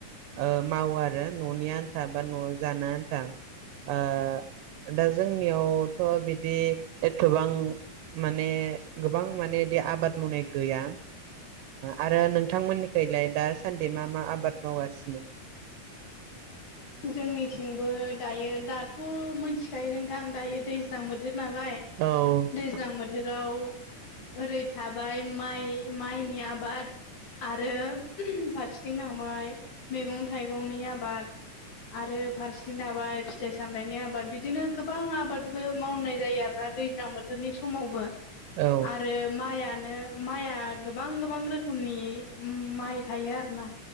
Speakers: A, on the right; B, on the left.
A: ओ मावो आरो न'नि आन्था बा न' जानो आन्था ओ दा जोंनियावथ' बिदि एथबां माने गोबां मानेदि आबाद मावनाय गैया। आरो नोंथांमोननिखलाय दासान्दि मा मा आबाद मावगासिनो?
B: जोंनिथिंबो दायो दाथ' मोनथिखायो नोंथां दायो दैज्लां बोथोर नालाय
A: औ।
B: दैज्लां बोथोराव ओरै थाबाय माइ माइनि आबाद आरो फारसेथिं थांबाय मैगं थाइगंनि आबाद। आरो फारसे थिं थाबाय फिथाइ सामथाइनि आबाद बिदिनो गोबां आबादबो मावनाय जायो आरोना दैज्लां बो नि समावबो
A: औ
B: आरो माइयानो माइया गोबां गोबां रोखोमनि उम माइ थायो आरो ना